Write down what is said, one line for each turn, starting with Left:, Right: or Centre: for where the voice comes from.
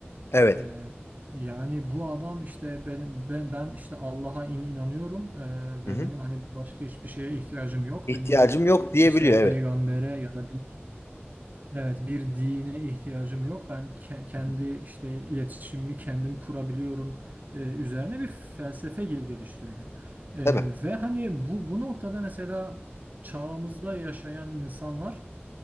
Left: Evet.
Right: Ee, yani bu adam işte benim ben, ben işte Allah'a in- inanıyorum ee,
Left: Hı
Right: ve
Left: hı.
Right: benim hani başka hiçbir şeye ihtiyacım yok.
Left: İhtiyacım
Right: Benim bir
Left: yok diyebiliyor
Right: işte peygambere
Left: evet.
Right: ya da bir evet bir dine ihtiyacım yok. Ben ke- kendi
Left: Hı hı.
Right: işte iletişimimi kendim kurabiliyorum ee, üzerine bir felsefe gel- geliştiriyor. Ee,
Left: Tabii.
Right: ve hani bu bu noktada mesela çağımızda yaşayan insanlar